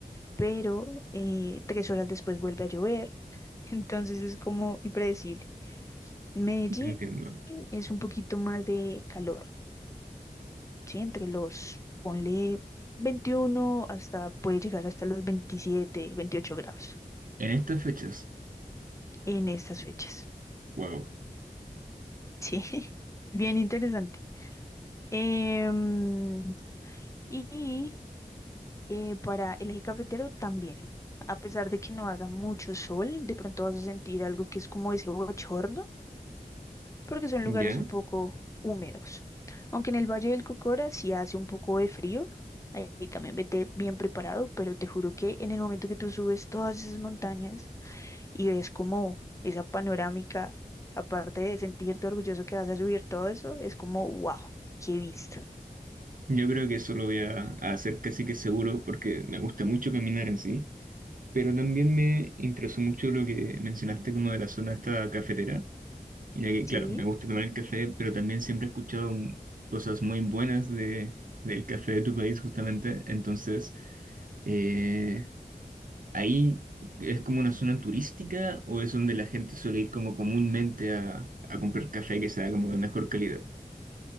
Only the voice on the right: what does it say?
Entiendo.
En estas fechas,
wow.
¿Ya?
Yo creo que eso lo voy a, a hacer casi que seguro porque me gusta mucho caminar en sí, pero también me interesó mucho lo que mencionaste como de la zona esta cafetera. Mira que, claro,
me gusta tomar el café, pero también siempre he escuchado mm, cosas muy buenas de, del café de tu país, justamente. Entonces, eh, ¿ahí es como una zona turística o es donde la gente suele ir como comúnmente a, a comprar café que sea como de mejor calidad?